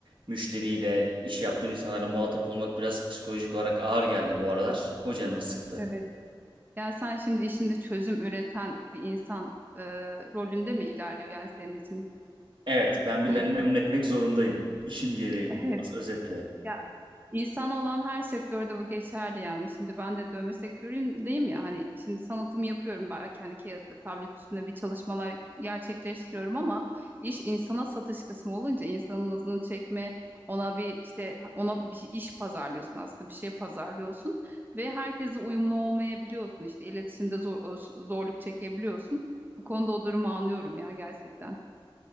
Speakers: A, on the right (about 65°); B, on the right (about 20°).
A: müşteriyle, iş yaptığım insanlarla muhatap olmak biraz psikolojik olarak ağır geldi bu aralar. O canımı sıktı.
B: Evet. Ya sen şimdi işinde çözüm üreten bir insan e, rolünde mi ilerliyor yani senin için
A: Evet, ben birilerini
B: bu iş
A: memnun
B: durumunda?
A: etmek zorundayım. İşim gereği.
B: Evet.
A: As özetle.
B: Ya İnsan olan her sektörde bu geçerli yani. Şimdi ben de dövme sektöründeyim ya hani şimdi sanatımı yapıyorum belki hani kağıtta tablet üstünde bir çalışmalar gerçekleştiriyorum ama iş insana satış kısmı olunca insanın nazını çekme ona bir işte ona bir şey- iş pazarlıyorsun aslında bir şey pazarlıyorsun ve herkese uyumlu olmayabiliyorsun işte iletişimde zor, zorluk çekebiliyorsun. Bu konuda o durumu anlıyorum ya gerçekten.